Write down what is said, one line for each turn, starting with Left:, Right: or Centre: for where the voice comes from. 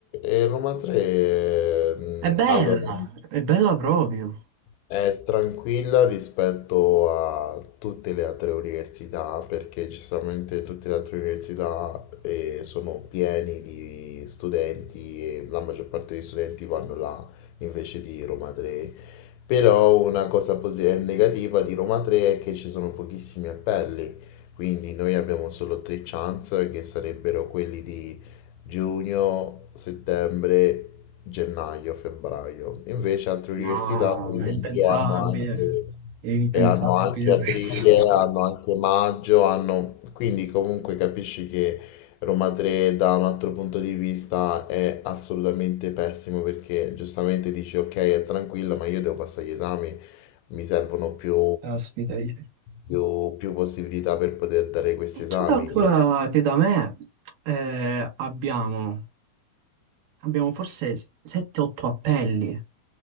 Left: E Roma 3, mm,
Right: È bella,
Left: allora,
Right: è bella proprio.
Left: è, è tranquilla rispetto a tutte le altre università, perché giustamente tutte le altre università eh, sono pieni di studenti e la maggior parte degli studenti vanno là invece di Roma 3. Però una cosa posi- eh, negativa di Roma 3 è che ci sono pochissimi appelli, quindi noi abbiamo solo tre chance che sarebbero quelli di giugno, settembre, gennaio, febbraio. Invece altre università,
Right: No,
Left: per
Right: ma
Left: esempio,
Right: è impensabile.
Left: hanno anche,
Right: È impensabile
Left: e hanno anche
Right: questo.
Left: aprile, hanno anche maggio, hanno... quindi comunque capisci che Roma 3 da un altro punto di vista è assolutamente pessimo perché giustamente dici ok è tranquilla ma io devo passare gli esami, mi servono più,
Right: <laughs> Caspita. io-
Left: più, più possibilità per poter dare questi
Right: E
Left: esami.
Right: tu calcola che da me eh, abbiamo, abbiamo forse 7-8 appelli.